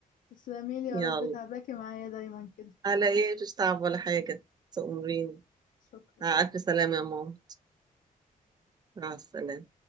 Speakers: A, on the left (about 65°); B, on the right (about 30°).
A: تسلميلي يا
B: يلا
A: رب تعباكي معايا دايما كده
B: على ايه مش تعب ولا حاجه تأمريني
A: شكرا
B: مع
A: مع
B: الف
A: السلامة
B: سلامه يا ماما مع السلامه